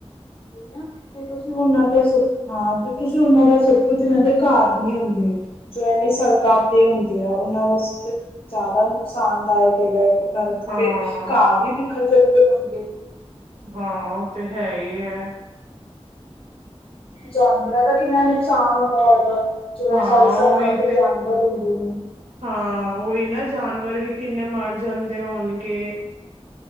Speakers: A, on the left; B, on the right.
A: ਹਨਾ, ਤੇ ਤੁਸੀਂ ਉਹਨਾਂ ਦਾ ਸੋ, ਹਾਂ ਤੁਸੀਂ ਉਹਨਾਂ ਦਾ ਸੋਚੋ ਜਿਨਾਂ ਦੇ ਘਰ ਨਹੀਂ ਹੁੰਦੇ ਜੋ ਐਵੇਂ ਸੜਕਾਂ ਤੇ ਹੁੰਦੇ ਆ ਉਹਨਾਂ ਵਾਸਤੇ ਜ਼ਿਆਦਾ ਨੁਕਸਾਨਦਾਇਕ ਹੈਗਾ ਹੈ ਓ ਨਾਲ ਉੱਥੇ
B: ਹਾਂ।
A: ਤੇ ਘਾਹ ਵੀ ਬਿਖਰ ਜਾਂਦੇ ਹੋਣਗੇ
B: ਹਾਂ ਉਹ ਤੇ ਹੈ ਹੀ ਹੈ
A: ਜਾਨਵਰਾਂ ਦਾ ਕਿੰਨਾ ਨੁਕਸਾਨ ਹੁੰਦਾ ਹੋਏਗਾ, ਜੋ
B: ਹਾਂ
A: ਇਹ ਸਾਡੇ ਸੜਕਾਂ
B: ਉਹੀ
A: ਤੇ ਜਾਨਵਰ ਹੁੰਦੇ ਨੇ
B: ਹਾਂ, ਉਹੀ ਨਾ ਜਾਨਵਰ ਵੀ ਕਿੰਨੇ ਮਰ ਜਾਂਦੇ ਹੋਣਗੇ